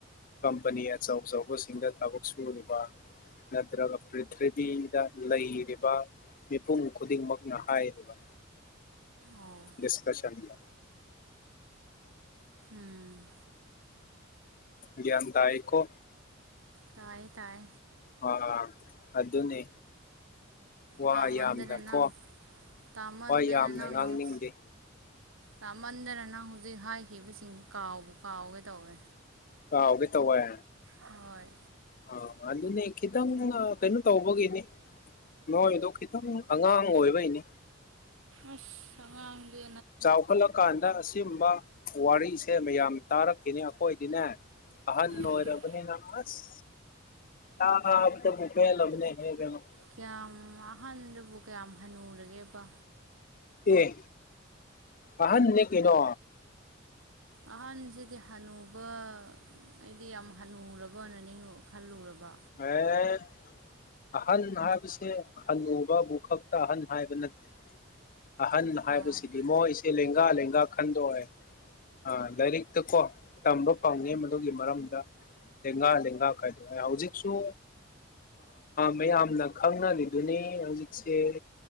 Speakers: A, on the left; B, on the right.
A: ꯀꯝꯄꯅꯤ ꯑꯆꯧ ꯑꯆꯧꯕꯁꯤꯡꯗ ꯊꯕꯛ ꯁꯨꯔꯤꯕ ꯅꯠꯇ꯭ꯔꯒ ꯄ꯭ꯔꯤꯊꯤꯕꯤꯗ ꯂꯩꯔꯤꯕ ꯃꯤꯄꯨꯝ ꯈꯨꯗꯤꯡꯃꯛꯅ ꯍꯥꯏꯔꯤꯕ
B: ꯑꯣ
A: ꯗꯤꯁꯀꯁꯜꯗ
B: ꯎꯝ
A: ꯒꯤꯌꯥꯜ ꯇꯥꯏꯀꯣ
B: ꯇꯥꯏ ꯇꯥꯏ
A: ꯑ ꯑꯗꯨꯅꯤ ꯋꯥ
B: ꯇꯥꯃꯗꯅ
A: ꯌꯥꯝꯅ
B: ꯅꯪ
A: ꯀꯣ
B: ꯇꯥꯃꯗꯅ
A: ꯋꯥ ꯌꯥꯝꯅ
B: ꯅꯪꯅ
A: ꯉꯥꯡꯅꯤꯡꯗꯦ
B: ꯑꯃꯨꯛ ꯇꯥꯃꯟꯗꯅꯅꯪ ꯍꯧꯖꯤꯛ ꯍꯥꯏꯈꯤꯕꯁꯤꯡꯁꯤ ꯀꯥꯎꯕ ꯀꯥꯎꯒꯦ ꯇꯧꯋꯦ
A: ꯀꯥꯎꯒꯦ ꯇꯧꯋꯏ
B: ꯍꯣꯏ
A: ꯑ ꯑꯗꯨꯅꯦ ꯈꯤꯇꯪ ꯀꯩꯅꯣ ꯇꯧꯕꯒꯤꯅꯦ ꯅꯣꯏꯗꯣ ꯈꯤꯇꯪ ꯑꯉꯥꯡ ꯑꯣꯏꯕꯩꯅꯤ
B: ꯑꯁ ꯑꯉꯪꯖꯦ
A: ꯆꯥꯎꯈꯠꯂꯀꯥꯟꯗ ꯑꯁꯤꯒꯨꯝꯕ ꯋꯥꯔꯤꯁꯦ ꯃꯌꯥꯝ ꯇꯥꯔꯛꯈꯤꯅꯤ ꯑꯩꯈꯣꯏꯗꯤꯅꯦ ꯑꯍꯜ
B: ꯎꯝ
A: ꯑꯣꯏꯔꯕꯅꯤꯅ ꯑꯁ ꯇꯥꯕꯗꯕꯨ ꯄꯦꯜꯂꯕꯅꯦ <unintelligible>
B: ꯀꯌꯥꯝ ꯑꯍꯥꯟꯕꯗꯕꯨ ꯀꯌꯥꯝ ꯍꯟꯅꯨꯔꯒꯦꯕ
A: ꯑꯦ ꯑꯍꯟꯅꯦ ꯀꯩꯅꯣ
B: ꯑꯍꯟꯁꯤꯗꯤ ꯍꯅꯨꯕ ꯑꯩꯗꯤ ꯌꯥꯝ ꯍꯟꯅꯨꯔꯕꯅꯅꯦ ꯈꯜꯂꯨꯔꯕ
A: ꯑꯦ ꯑꯍꯟ ꯍꯥꯏꯕꯁꯦ ꯍꯅꯨꯕ ꯕꯨꯛ ꯈꯛꯇ ꯑꯍꯟ ꯍꯥꯏꯕ ꯅꯠꯇꯦ ꯑꯍꯟ
B: ꯑꯣ
A: ꯍꯥꯏꯕꯁꯤꯗꯤ ꯃꯣꯏ ꯁꯦ ꯂꯦꯡꯒꯥ ꯂꯦꯡꯒꯥ ꯈꯥꯢꯗꯣꯛꯑꯦ ꯑ ꯂꯥꯏꯔꯤꯛꯇ ꯀꯣ ꯇꯝꯕ ꯐꯪꯉꯦ ꯃꯗꯨꯒꯤ ꯃꯔꯝꯗ ꯂꯦꯡꯒꯥ ꯂꯦꯡꯒꯥ ꯈꯥꯏꯗꯣꯛꯑꯦ ꯍꯧꯖꯤꯛ ꯁꯨ ꯃꯌꯥꯝꯅ ꯈꯪꯅꯔꯤꯗꯨꯅꯤ ꯍꯧꯖꯤꯛꯁꯦ